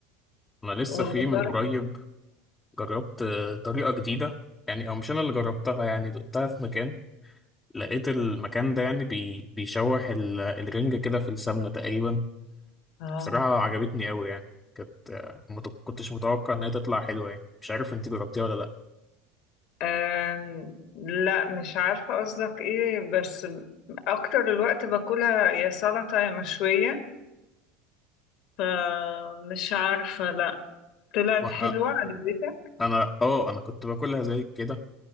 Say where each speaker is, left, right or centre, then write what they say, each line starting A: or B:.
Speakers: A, on the left; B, on the left.
A: انا لسه
B: والبطارخ
A: في من قريب جربت آه، طريقة جديدة يعني او مش انا اللي جربتها يعني دقتها في مكان لقيت المكان ده يعني بي بيشوح ال- الرنجة كده في السمنة تقريبا
B: <laughs> اه
A: بصراحة عجبتني قوي يعني كانت آه، ما ت- كنتش متوقع إن هي تطلع حلوة يعني مش عارف أنت جربتيها ولا لأ
B: أم... لا مش عارفة قصدك ايه بس أكتر الوقت باكلها يا سلطة يا مشوية فمش عارفة لا طلعت
A: ما-
B: حلوة
A: آه،
B: عجبتك
A: أنا آه أنا كنت باكلها زي كده